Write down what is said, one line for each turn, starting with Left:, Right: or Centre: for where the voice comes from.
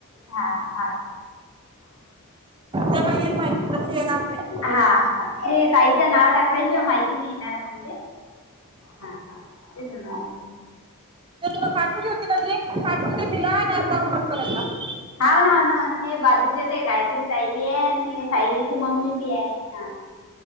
Left: हा हा.
Right: तेव्हा येईल माहिती तशी येणार नाही
Left: हा ते ताईचं नाव टाकळ्याशिवाय माहिती किनी. येणार म्हणते हा ते लागे
Right: तर तुला पाठवली होती ना लिंक ति पाठवउन दे तिला आणि एप डॉनलो करायला लाव.
Left: हाव ना हाव ना हाव ना हे बाजूच्या ते गायत्री ताई बी आहे आणि सायलीची मम्मी बी आहे हाय.